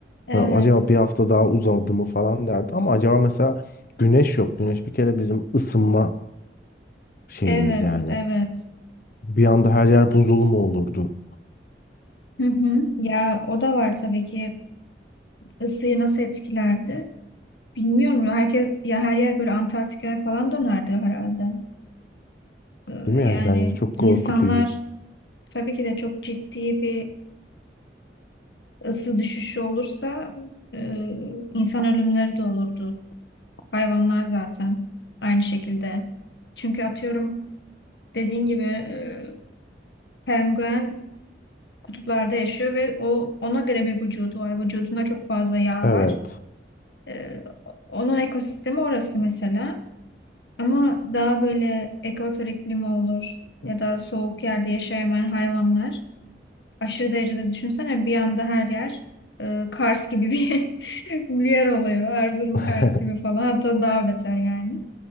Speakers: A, on the left; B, on the left.
A: Evet,
B: Ha, acaba bir hafta daha uzadı mı falan derdi. Ama acaba mesela güneş yok. Güneş bir kere bizim ısınma şeyimiz
A: evet,
B: yani.
A: evet.
B: Bir anda her yer buzul mu olurdu?
A: Hı hı. Ya o da var tabii ki ısıyı nasıl etkilerdi? Bilmiyorum ya herkes ya her yer böyle Antarktika'ya falan dönerdi herhalde. Ee,
B: Değil mi
A: yani
B: yani? Bence çok
A: insanlar
B: korkutucu.
A: tabii ki de çok ciddi bir ısı düşüşü olursa e, insan ölümleri de olurdu. Hayvanlar zaten aynı şekilde. Çünkü atıyorum dediğin gibi e, penguen kutuplarda yaşıyor ve o ona göre bir vücudu var. Vücudunda çok fazla yağ
B: Evet.
A: var. Ee, onun ekosistemi orası mesela. Ama daha böyle ekvator iklimi olur ya da soğuk yerde yaşayamayan hayvanlar aşırı derecede düşünsene bir anda her yer e, Kars gibi bir, <laughs> bir yer oluyor. Erzurum
B: <laughs>
A: Kars gibi falan hatta daha beter yani.